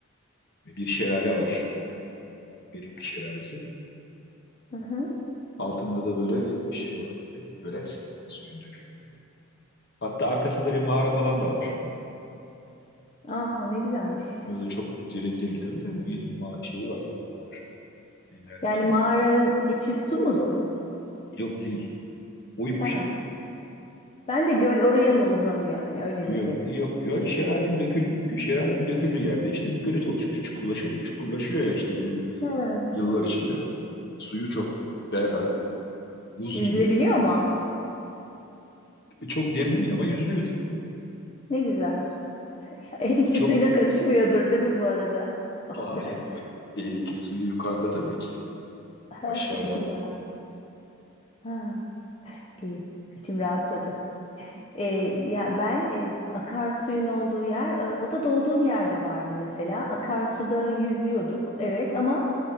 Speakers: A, on the left (about 50°); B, on the left (about 25°).
A: bir şelale var. Erikli Şelalesi.
B: Hı hı.
A: Altında da böyle şey var tabii. Gölet suyun döküldüğü. Hatta arkasında bir mağara falan da var.
B: Aa ne güzelmiş.
A: Böyle çok derin değil tabii de bir ma şeyi var. mağara var. filmlerdeki
B: Yani
A: gibi.
B: mağaranın içi su mu dolu?
A: Yok değil. Oyuk
B: He.
A: işte.
B: Ben de göl oraya mı uzanıyor? Hani öyle mi
A: Yok,
B: dedim.
A: yok göl şelalenin dökül şelalenin döküldüğü yerde işte bir gölet oluşmuş. Çukurlaşıyor, çukurlaşıyor ya işte yıl,
B: Evet.
A: yıllar içinde. Suyu çok berrak, buz
B: Yüzülebiliyor
A: gibi.
B: mu?
A: E, çok derin değil ama yüzülüyor tabii.
B: Ne güzel. <laughs> Erikli
A: Ha, çok
B: suyuna karışmıyordur değil mi bu arada? <laughs>
A: hayır.
B: Olcay.
A: Eriki suyu yukarıda tabii ki.
B: <laughs>
A: Aşağıda
B: İyi bari. Ha, iyi. İçim rahatladı. E, ya ben e, akarsuyun olduğu yer, e, o da doğduğum yerde vardı mesela. Akarsuda yüzüyorduk, evet ama